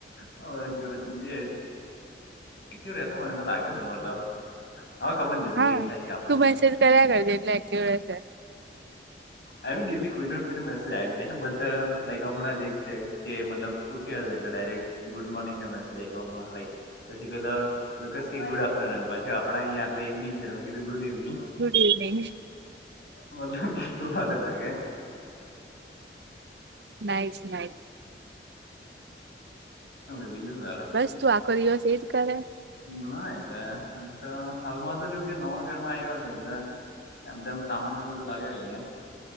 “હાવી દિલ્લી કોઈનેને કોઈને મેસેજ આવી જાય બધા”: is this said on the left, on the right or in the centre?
Left